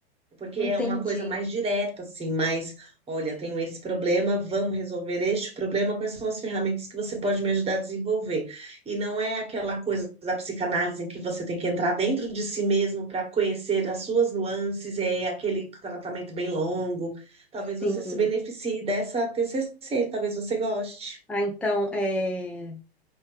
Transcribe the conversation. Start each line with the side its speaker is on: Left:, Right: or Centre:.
Right: Porque
Centre: Entendi.
Right: é uma coisa mais direta, assim, mais, olha, eu tenho esse problema, vamos resolver este problema, quais são as ferramentas que você pode me ajudar a desenvolver? E não é aquela coisa da psicanálise em que você tem que entrar dentro de si mesmo para conhecer as suas nuances, e é aquele tratamento bem longo. Talvez
Centre: Sim.
Right: você se beneficie dessa TCC, talvez você goste.
Centre: Ah, então, é.